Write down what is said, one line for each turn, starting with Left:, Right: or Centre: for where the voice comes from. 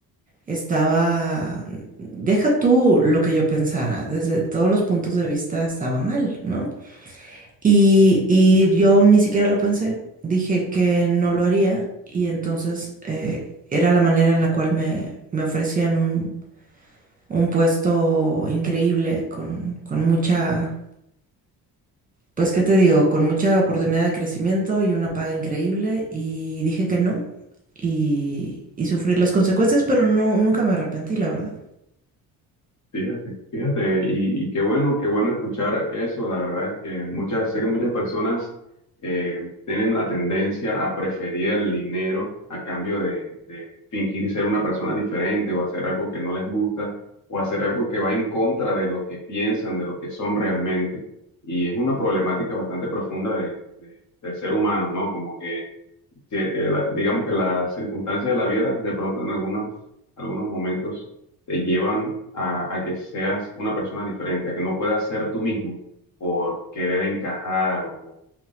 Right: estaba, deja tú lo que yo pensara, desde todos los puntos de vista estaba mal, ¿no? Y, y yo ni siquiera lo pensé, dije que no lo haría y entonces eh, era la manera en la cual me, me ofrecían un, un puesto increíble con, con mucha, pues qué te digo, con mucha oportunidad de crecimiento y una paga increíble y dije que no y, y sufrí las consecuencias, pero no, nunca me arrepentí, la verdad.
Left: Fíjate, fíjate, y, y qué bueno, qué bueno escuchar eso. La verdad es que muchas, sé que muchas personas eh, tienen la tendencia a preferir el dinero a cambio de, de fingir ser una persona diferente o hacer algo que no les gusta o hacer algo que va en contra de lo que piensan, de lo que son realmente. Y es una problemática bastante profunda de- de- del ser humano, ¿no? Como que que eh, la- digamos que las circunstancias de la vida de pronto en algunos, algunos momentos te llevan a, a que seas una persona diferente, a que no puedas ser tú mismo por querer encajar o por,